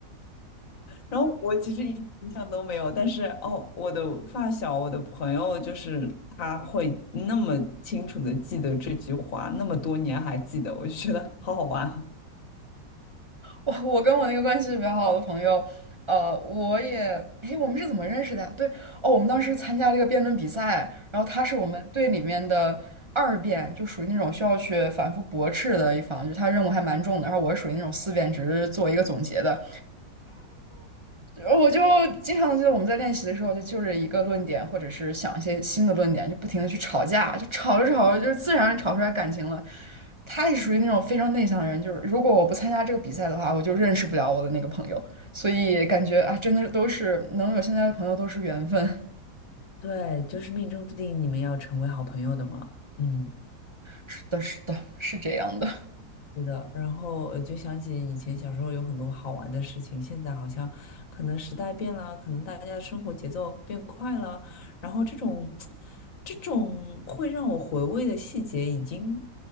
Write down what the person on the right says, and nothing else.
我我跟我那个关系比较好的朋友，呃，我也，诶，我们是怎么认识的呀对，哦，我们当时参加这个辩论比赛，然后他是我们队里面的二辩，就属于那种需要去反复驳斥的一方，就他任务还蛮重的，然后我是属于那种四辩，只是做一个总结的。呃我就经常记得我们在练习的时候，就就着一个论点，或者是想一些新的论点，就不停的去吵架，就吵着吵着，就是自然吵出来感情了。他也属于那种非常内向的人，就是如果我不参加这个比赛的话，我就认识不了我的那个朋友，所以感觉啊，真的都是能有现在的朋友都是缘分。<laughs>
是的，是的，是这样的。